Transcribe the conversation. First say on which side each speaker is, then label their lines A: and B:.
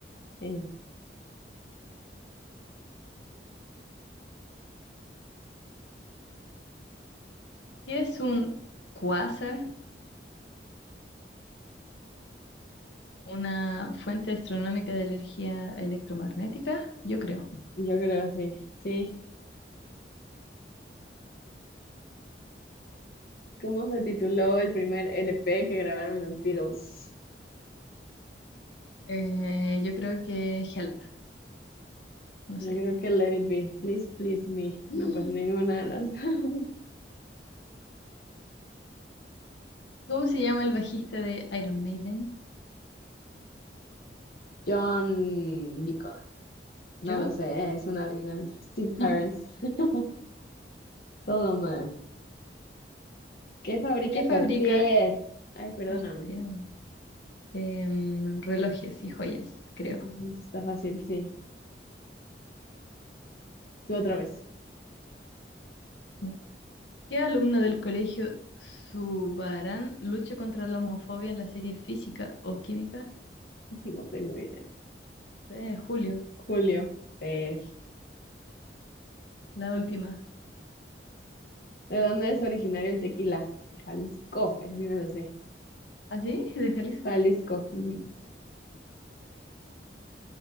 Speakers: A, on the left (about 55°); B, on the left (about 85°).
A: Sí,
B: ¿Qué es un quasar? Una fuente astronómica de energía electromagnética, yo creo.
A: yo creo sí. Sí. ¿Cómo se tituló el primer LP que grabaron los Beatles?
B: Eh, yo creo que Help, no
A: Yo
B: sé.
A: creo que Let It Be. Please, please me. No,
B: Mm.
A: pues ninguna de las. <laughs>
B: ¿Cómo se llama el bajista de Iron Maiden?
A: John Deacon. No
B: ¿John?
A: lo sé, es una adivinanza. Steve
B: <laughs>
A: Harris. <laughs> Todo mal. ¿Qué fabrica
B: ¿Qué
A: Cartier?
B: fabrica
A: Ay, perdóname.
B: Cartier? Em, relojes y joyas, creo.
A: Eso no Está fácil, sí. Tú otra vez.
B: Ya. ¿Qué alumno del colegio Subarán lucha contra la homofobia en la serie Física o Química?
A: <laughs> No tengo idea.
B: Eh, Julio,
A: Julio. eh,
B: la última.
A: ¿De dónde es originario el tequila? De Jalisco. Eso sí me lo sé.
B: ¿Ah, sí? <laughs> ¿De Jalisco?
A: Jalisco. ujú.